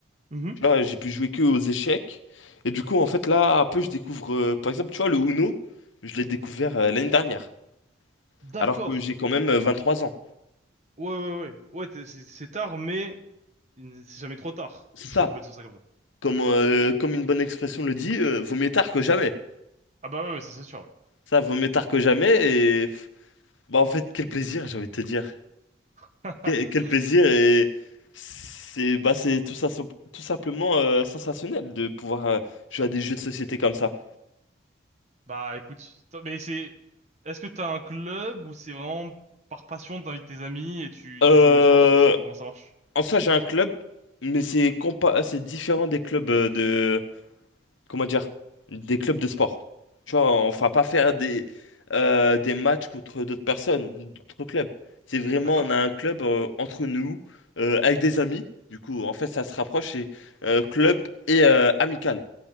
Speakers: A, on the right; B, on the left.
A: Mhm.
B: Tu vois, j'ai pu jouer que aux échecs. Et du coup, en fait, là, un peu, je découvre, euh, par exemple, tu vois, le Uno, je l'ai découvert euh, l'année dernière,
A: D'accord.
B: alors que j'ai quand même euh, 23 ans.
A: Ouais, ouais, ouais. Ouais, t'es- c'est c'est tard, mais c'est jamais trop tard,
B: C'est
A: si
B: ça,
A: on peut dire ça comme ça.
B: comme, euh, comme une bonne expression le dit, euh, vaut mieux tard que jamais.
A: Ah bah ouais, ouais, ça c'est sûr, oui.
B: Ça, vaut mieux tard que jamais. Et pff, bah, en fait, quel plaisir, j'ai envie de te dire.
A: <laughs>
B: Que- Quel plaisir et c'est bah c'est tout ça tout simplement euh, sensationnel de pouvoir euh, jouer à des jeux de société comme ça.
A: Bah écoute, t'as- mais c'est... Est-ce que t'as un club ou c'est vraiment par passion, t'invites tes amis et tu,
B: Euh,
A: tu joues le soir? C'est comment ça marche?
B: en soi, j'ai un club, mais c'est compa c'est différent des clubs euh, de comment dire des clubs de sport. Tu vois, on va pas faire des euh, des matchs contre d'autres personnes, d'autres clubs. C'est vraiment
A: D'accord?
B: on a un club euh, entre nous euh, avec des amis. Du coup, en fait, ça se rapproche c'est euh, club et euh, amical.